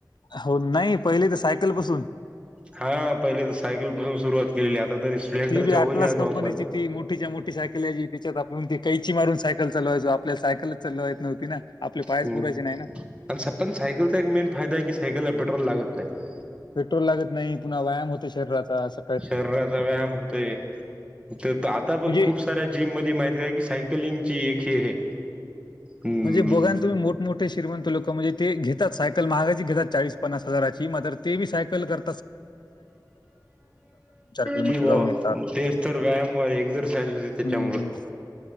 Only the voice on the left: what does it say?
हो नाही पहिले तर सायकल पासून.
ती बी
कंपनीची
ती मोठीच्या मोठी सायकल आहे जी त्याच्यात आपलं त ते कैची मारून सायकल चलवायचो आपल्या सायकलच चलवायला येत नव्हती ना. आपले पायच
पुरायचे नाही ना.
पेट्रोल लागत नाही पुन्हा व्यायाम होतो शरीराचा अस.
म्हणजे
म्हणजे बघान तुम्ही मोठ मोठे श्रीमंत लोक म्हणजे ते घेतात सायकल महागाची घेतात चाळीस पन्सास हजारची मात्र ते बी सायकल कर किलोमीटर
जाऊन येतात.
हं.